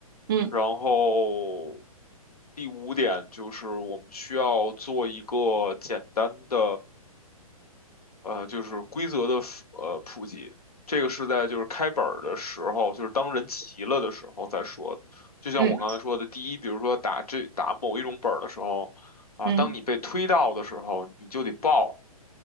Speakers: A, on the right; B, on the left.
A: 嗯
B: 然后第五点就是我们需要做一个简单的呃，就是规则的普呃普及，这个是在就是开本儿的时候，就是当人齐了的时候再说。就像我刚才说的，
A: 嗯
B: 第一，比如说打这打某一种本儿的时候，啊，
A: 嗯
B: 当你被推到的时候，你就得报，